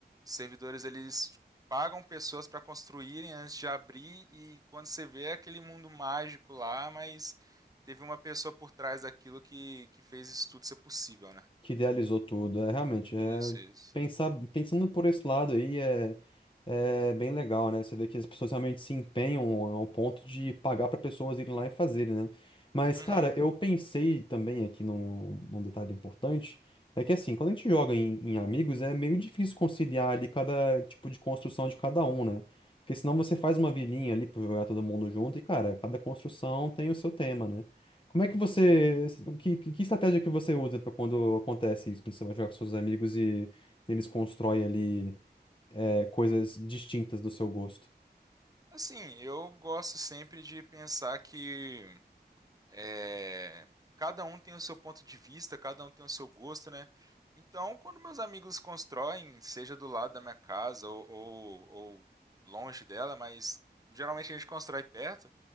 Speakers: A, on the right; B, on the left.
A: servidores eles pagam pessoas para construírem antes de abrir e quando você vê é aquele mundo mágico lá, mas teve uma pessoa por trás daquilo que, que fez isso tudo ser possível, né?
B: que idealizou tudo. É realmente é
A: Isso, isso.
B: pensar pensando por esse lado aí é, é bem legal, né? Você vê que as pessoas realmente se empenham ao ponto de pagar para pessoas irem lá e fazerem, né? Mas,
A: Uhum.
B: cara, eu pensei também aqui num, num detalhe importante. É que assim, quando a gente joga em, em amigos, é meio difícil conciliar ali cada tipo de construção de cada um, né? Porque senão você faz uma vilinha ali pra jogar todo mundo junto e, cara, cada construção tem o seu tema, né? Como é que você. Que, que que estratégia que você usa para quando acontece isso? Quando você vai jogar com seus amigos e eles constroem ali é, coisas distintas do seu gosto.
A: Assim, eu gosto sempre de pensar que É, cada um tem o seu ponto de vista, cada um tem o seu gosto, né? Então, quando meus amigos constroem, seja do lado da minha casa ou, ou- ou longe dela, mas geralmente a gente constrói perto,